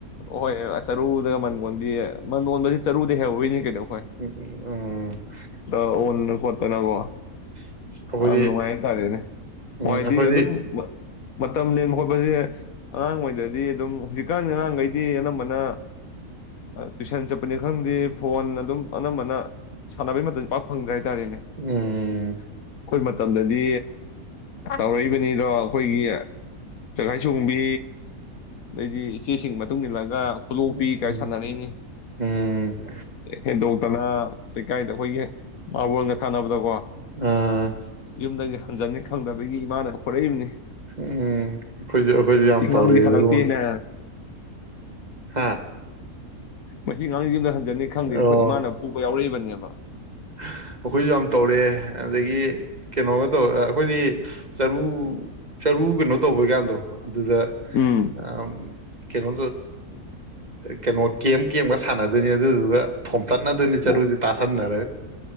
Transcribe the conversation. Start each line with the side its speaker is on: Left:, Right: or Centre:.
Left: ꯍꯣꯏ ꯆꯔꯨꯗꯒ ꯃꯟ ꯀꯣꯟꯕꯤꯌꯦ ꯃꯟ ꯀꯣꯟꯕꯁꯤ ꯆꯔꯨꯗ ꯍꯩꯍꯧꯔꯤꯅꯤ ꯀꯩꯅꯣ
Right: ꯎꯝ ꯎꯝ ꯎꯝ
Left: ꯑꯣꯟꯅ ꯈꯣꯠꯇꯅꯀꯣ
Right: ꯑꯩꯈꯣꯏꯗꯤ
Left: ꯌꯥꯝ ꯅꯨꯡꯉꯥꯏ ꯍꯥꯏꯇꯥꯔꯦꯅꯦ
Right: ꯎꯝ
Left: ꯍꯤꯢꯗꯤ
Right: ꯑꯩꯈꯣꯏꯗꯤ
Left: ꯑꯗꯨꯝ ꯃꯇꯝ ꯂꯦꯟꯕ ꯈꯣꯠꯄꯁꯦ ꯑꯉꯥꯡ ꯑꯣꯏꯩꯗꯩꯗꯤ ꯑꯗꯨꯝ ꯍꯧꯖꯤꯛꯀꯥꯟ ꯑꯉꯥꯡꯈꯩꯗꯤ ꯑꯅꯝꯕꯅ ꯇꯨꯏꯁꯟ ꯆꯠꯄꯅꯤ ꯈꯪꯗꯦ ꯐꯣꯟ ꯑꯗꯨꯝ ꯑꯅꯝꯕꯅ ꯁꯥꯟꯅꯕꯩ ꯃꯇꯝ ꯄꯤꯛ ꯐꯪꯗ꯭ꯔꯦ ꯇꯥꯔꯦꯅꯦ ꯑꯩꯈꯣꯏ
Right: ꯎꯝ
Left: ꯃꯇꯝꯗꯗꯤ ꯇꯧꯔꯛꯏꯕꯅꯤ ꯑꯅꯤꯗꯣ ꯑꯩꯈꯣꯏꯒꯤ ꯆꯖꯒꯥꯏ ꯁꯣꯝꯕꯤ ꯑꯗꯩꯗꯤ ꯏꯆꯦꯁꯤꯡꯒꯤ ꯃꯇꯨꯡ ꯏꯟꯅ ꯂ ꯈꯨꯂꯣꯛꯄꯤ
Right: ꯎꯝ
Left: ꯀꯥꯏ ꯁꯥꯟꯅꯔꯛꯅꯤ
Right: ꯎꯝ
Left: ꯍꯦꯟꯗꯣꯛ ꯇꯅꯥ ꯂꯩꯩ ꯀꯥꯏꯗ ꯍꯣꯏꯒꯤ ꯃꯥꯕꯣꯟꯒ ꯁꯥꯟꯅꯕꯗꯀꯣ
Right: ꯑꯥ
Left: ꯌꯨꯝꯗꯒ ꯐꯟꯖꯟꯅꯤ ꯈꯪꯗꯕꯒꯤ ꯏꯃꯥꯅ ꯍꯣꯔꯛꯏꯕꯅꯤ
Right: ꯎꯝ ꯑꯩꯈꯣꯏꯁꯨ ꯑꯩꯈꯣꯏꯁꯨ
Left: ꯁꯤ
Right: ꯌꯥꯝ
Left: ꯑꯉꯥꯡꯗꯤ
Right: ꯇꯧꯔꯛꯑꯦ
Left: ꯍꯜꯂꯛꯇꯦꯅ
Right: ꯑꯗꯨꯒꯨꯝꯕ ꯍꯥ
Left: ꯃꯁꯤ ꯑꯅꯥꯪꯁꯤ ꯌꯨꯝꯗ ꯈꯪꯗꯦ ꯑꯩꯈ
Right: ꯑꯣ
Left: ꯏꯥꯅ ꯐꯕ ꯌꯥꯎꯔꯛꯏꯕꯅꯦ <inaudible>
Right: ꯑꯩꯈꯣꯏ ꯌꯥꯝ ꯇꯧꯔꯑꯦ ꯑꯗꯒꯤ ꯀꯩꯅꯣꯕꯗꯣ ꯑꯩꯈꯣꯏꯗꯤ ꯆꯔꯨ ꯆꯔꯨ ꯀꯩꯅꯣ ꯇꯧꯕꯩꯀꯥꯟꯗꯣ ꯑꯗꯨꯗ
Left: ꯎꯝ
Right: ꯑ ꯀꯩꯅꯣ ꯀꯩꯅꯣ ꯀꯦꯝ ꯀꯦꯝꯒ ꯁꯥꯟꯅꯗꯣꯏꯅꯦ ꯑꯗꯨꯗꯨꯒ ꯊꯣꯝꯇꯠꯅꯗꯣꯏꯅꯤ
Left: ꯑꯣ
Right: ꯆꯔꯨ ꯔꯛ